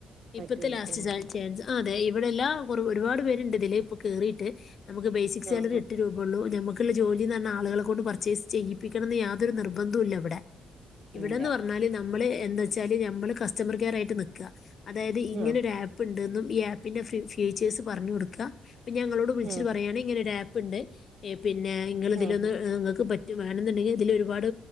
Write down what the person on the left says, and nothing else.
ഇപ്പത്തെ ലാസ്റ്റ്
<unintelligible> ഇവിടെ എല്ലാം ഒറ് ഒരുപാട് പേരുണ്ട്തില്. ഇപ്പൊ കേറീട്ട് നമുക്ക് ബേസിക് സാലറി
എട്ട് രൂപേള്ളൂ. നക്ക് ജോലി തന്നെ ആളുകളെ കൊണ്ട് പർച്ചേസ് ചെയ്യി <unintelligible> യാതൊരു നിർബന്ധവും ഇല്ല ഇവിടെ ഇവിടെന്ന്
പറഞ്ഞാല് നമ്മള് എന്താച്ചാല് നമ്മള് കസ്റ്റമർ കെയർായിട്ട് ക അതായത് ഇങ്ങനെ
ഒരു ആപ്പ്ണ്ട് ന്നും. ഈ ആപ്പിന്റെ ഫ്യു ഫ്യൂച്ചേഴ്സ് പറഞ്ഞു കൊടുക്ക. പ്പ ഞാൻ ഞങ്ങളോട് വിളിച്ചിട്ട്
പറയാണ്. ഇങ്ങനെ ഒരു ആപ്പ്ണ്ട്. പിന്നെ ഇങ്ങള് ഇതിലൊന്ന്
ങ്ങള്ക്ക് പററു വേണമെന്നുണ്ടെങ്കിൽ ഇതിൽ ഒരുപാട്